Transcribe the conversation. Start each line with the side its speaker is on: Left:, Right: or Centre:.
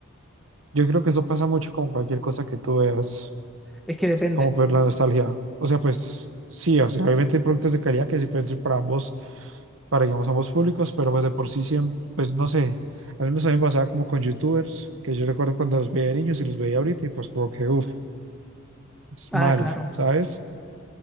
Right: Yo creo que eso pasa mucho con cualquier cosa que tú veas.
Centre: Es que depende.
Right: como por la nostalgia. O sea, pues sí, o sea, obviamente hay productos de calidad que sí pueden ser para ambos, para digamos ambos públicos, pero pues de por sí siempre, pues no sé, al menos a mí me pasaba como con youtubers, que yo recuerdo cuando los veía de niños y los veía ahorita y pues como que, uff, es
Centre: Ah,
Right: mal,
Centre: claro.
Right: ¿sabes?